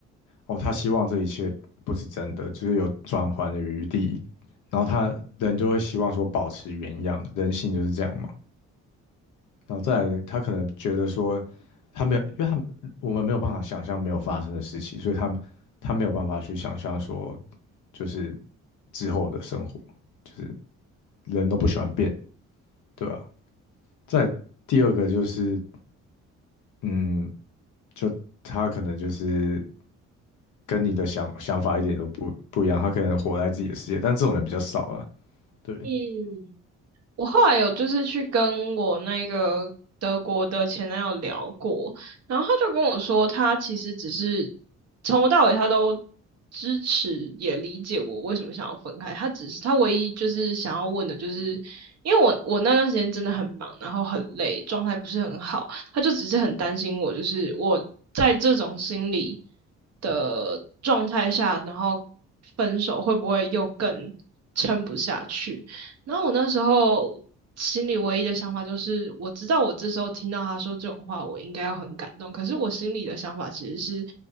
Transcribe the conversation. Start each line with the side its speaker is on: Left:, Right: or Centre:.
Left: 哦，他希望这一切不是真的，就是有转圜的余地，然后他人就会希望说保持原样，人性就是这样嘛。然后再来，他可能觉得说他没有，因为他我们没有办法想象没有发生的事情，所以他他没有办法去想象说就是之后的生活，就是人都不喜欢变，对吧？再来第二个就是，嗯，就他可能就是。跟你的想想法一点都不不一样，他可能活在自己的世界，但这种人比较少啊。对，
Right: 嗯，我后来有就是去跟我那个德国的前男友聊过，然后他就跟我说，他其实只是从头到尾他都支持也理解我为什么想要分开，他只是他唯一就是想要问的就是，因为我我那段时间真的很忙，然后很累，状态不是很好，他就只是很担心我，就是我在这种心理的状态下，然后分手会不会又更撑不下去。然后我那时候心里唯一的想法就是，我知道我这时候听到他说这种话，我应该要很感动。可是我心里的想法其实是，